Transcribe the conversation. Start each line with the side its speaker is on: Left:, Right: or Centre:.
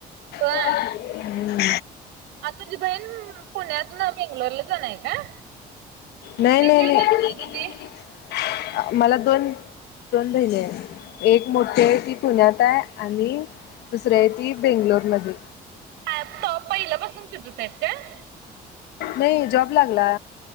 Right: होय
Left: हम्म. <inaudible>
Right: आता तुझी बहीण पुण्यातनं बेंगलोरला जाणार आहे काय? ती
Left: नाही नाही
Right: काय दुसरी
Left: नाही.
Right: दीदी?
Left: <inaudible> मला दोन, दोन बहिने आहे. एक मोठी आहे ती पुण्यात आहे आणि दुसरी आहे ती बेंगलोरमध्ये.
Right: <unintelligible>
Left: नाही जॉब लागला.